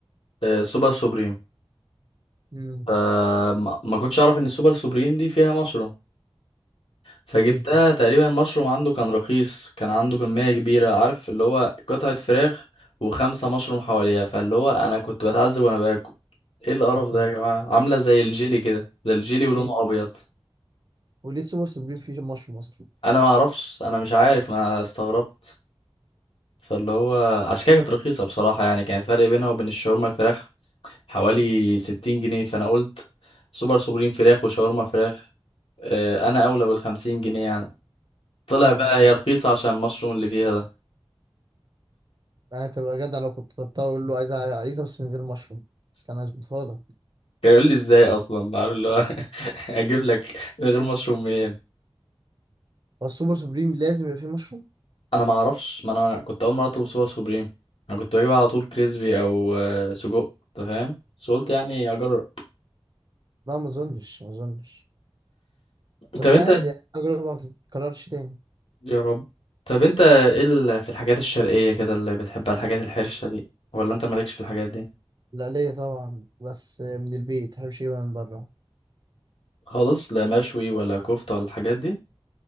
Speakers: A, on the left (about 70°); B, on the right (about 45°).
A: آه، سوبر سوبريم
B: <laughs> مم.
A: آه، ما ما كنتش أعرف إن السوبر سوبريم دي فيها مشروم فجبتها
B: ايه
A: تقريبا المشروم عنده كان رخيص كان عنده كمية كبيرة عارف اللي هو قطعة فراخ وخمسة مشروم حواليها فاللي هو أنا كنت بتعذب وأنا باكل ايه القرف
B: إيه
A: ده
B: تاني؟
A: يا جماعة عاملة زي الجيلي كده زي الجيلي
B: وإيه-
A: ولونه أبيض
B: وليه سوبر سوبريم فيه مشروم اصلا
A: أنا ما أعرفش أنا مش عارف ما أنا استغربت فاللي هو عشان كده كانت رخيصة بصراحة يعني كان الفرق بينها وبين الشاورما الفراخ حوالي ستين جنيه فأنا قلت سوبر سوبرين فراخ وشاورما فراخ آه، أنا أولى بالخمسين جنيه يعني طلع
B: اه اه
A: بقى هي رخيصة عشان المشروم اللي فيها ده
B: انا تبقى جدع لو كنت طلبتها اقول له عايزها عايزها بس من غير مشروم كان هظبطها لك
A: كان يقول لي ازاي اصلا عارف اللي هو <laughs> اجيب لك من غير مشروم منين
B: هو السوبر سوبريم لازم يبقى فيه مشروم
A: انا ما اعرفش ما انا كنت اول مره اطلب سوبر سوبريم انا كنت بجيب على طول كريسبي او آه، سجق انت فاهم بس قلت يعني اجرب
B: لا ما اظنش ما اظنش بس
A: طب انت
B: عادي يعني تجربة ما تتكررش تاني
A: يا رب طب انت ايه ال- في الحاجات الشرقيه كده اللي بتحبها الحاجات الحرشه دي ولا انت مالكش في الحاجات دي
B: لا ليا طبعا بس من البيت مبحبش اجيبها من بره
A: خالص لا مشوي ولا كفته ولا الحاجات دي